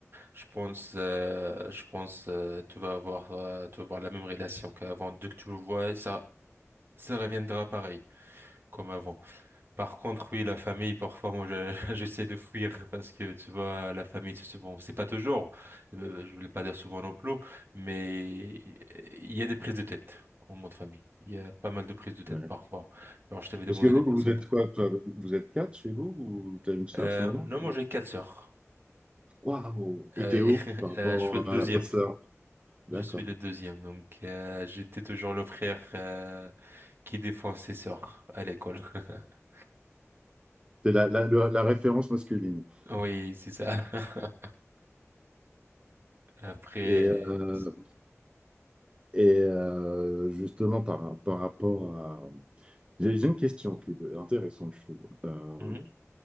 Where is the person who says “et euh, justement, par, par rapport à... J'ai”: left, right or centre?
Right